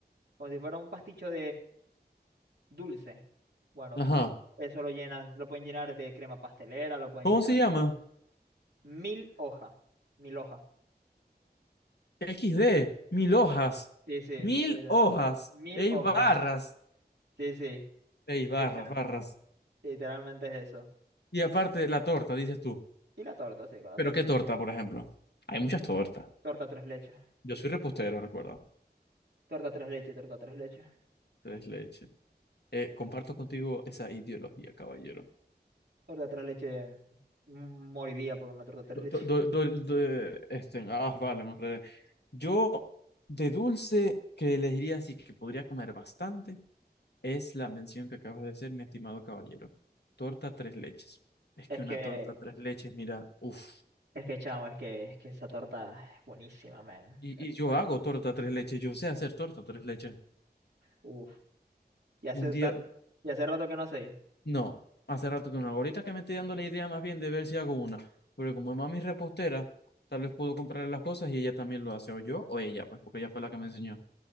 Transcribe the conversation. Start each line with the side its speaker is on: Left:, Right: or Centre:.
Right: Como si fuera un pasticho Dulce. Bueno,
Left: Ajá.
Right: eso lo llenan, lo pueden llenar de crema pastelera, lo pueden
Left: ¿Cómo
Right: llenar
Left: se llama?
Right: de mil hojas. Mil hojas.
Left: XD. Mil hojas.
Right: Sí, sí.
Left: Mil
Right: literal.
Left: hojas.
Right: Mil
Left: Ey,
Right: hojas.
Left: barras.
Right: Sí, sí.
Left: Ey, barras,
Right: literal-
Left: barras.
Right: literalmente es eso.
Left: Y aparte, la torta, dices tú.
Right: Y la torta, sí, con la
Left: ¿Pero
Right: torta.
Left: qué torta,
Right: ¿no?
Left: por ejemplo? Hay muchas tortas.
Right: Torta tres leches.
Left: Yo soy repostero, recuerda.
Right: Torta tres leches, torta tres leches.
Left: Tres leche. Eh, comparto contigo esa ideología, caballero.
Right: Torta tres leches. mm, Moriría por una torta tres
Left: Do-
Right: leches.
Left: do- do- do- do- este, ah, vale, me enredé. Yo, de dulce, que elegiría así que podría comer bastante. Es la mención que acabas de hacer, mi estimado caballero. Torta tres leches. Es
Right: Es
Left: que una
Right: que,
Left: torta tres leches, mira, uff.
Right: es que, chamo, es que, es que esa torta es buenísima, man.
Left: Y, y yo
Right: Bueno,
Left: hago torta tres leches, yo sé hacer torta tres leches.
Right: uff. Y hace
Left: Un día,
Right: tan, y hace rato que no sé.
Left: no, hace rato que no hago. Ahorita que me estoy dando la idea más bien de ver si hago una. Pero como mami es repostera, tal vez puedo comprarle las cosas y ella también lo hace, o yo o ella, pues porque ella fue la que me enseñó.